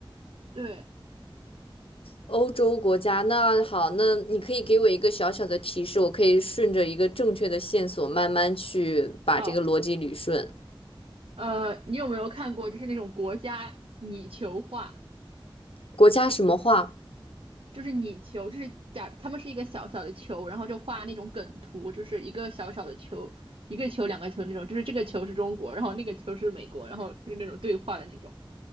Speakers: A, on the right (about 75°); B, on the left (about 85°).
A: 对，
B: 欧洲国家。那好，那你可以给我一个小小的提示，我可以顺着一个正确的线索慢慢去把这个逻辑捋顺。
A: 好，呃，你有没有看过就是那种国家拟球画？
B: 国家什么话？
A: 就是拟球，就是假他们是一个小小的球，然后就画那种梗图，就是一个小小的球，一个球两个球那种，就是这个球是中国，然后那个球是美国，然后就是那种对话的那种，